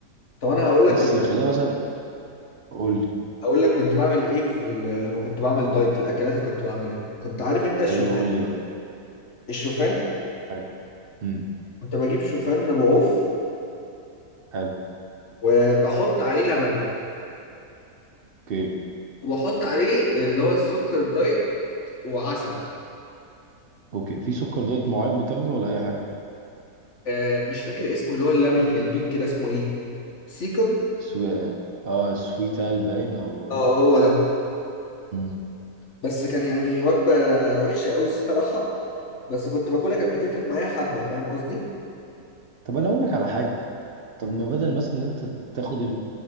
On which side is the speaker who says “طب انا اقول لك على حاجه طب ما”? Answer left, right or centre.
Right